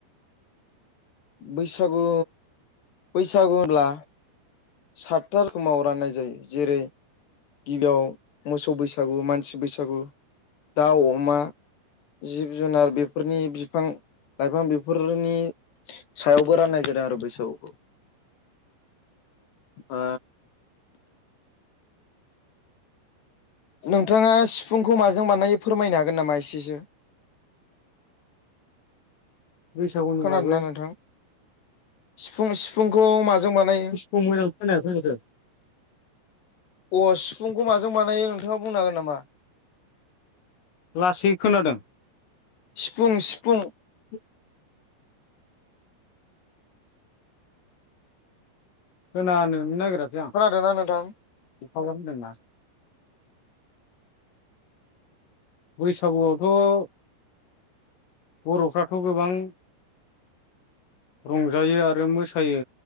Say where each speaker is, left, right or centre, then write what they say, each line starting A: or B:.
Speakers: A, on the left; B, on the left.
A: बैसागु बैसागु होनब्ला सातथा रोखोमाव राननाय जायो जेरै गिबियाव मोसौ बैसागु, मानसि बैसागु, दाउ, अमा- जिब-जुनार बेफोरनि बिफां-लाइफां बेफोरनि सायावबो राननाय जादों आरो बैसागुखौ। ओ नोंथाङा सिफुंखौ माजों बानायो फोरमायनो हागोन नामा एसेसो
B: <unintelligible> खौ मोजां
A: खोनादोंना नोंथां सिफुं सिफुंखौ माजों बानायो
B: खोनायाखै होनदो
A: अ सिफुंखौ माजों बानायो नोंथाङा बुंनो हागोन नामा
B: लासै खोनादों
A: सिफुं सिफुं
B: <inaudible> खोनानोनो नागिरा
A: खोनादोंना नोंथां
B: <unintelligible> बैसागुआवथ' बर'फ्राथ' गोबां रंजायो आरो मोसायो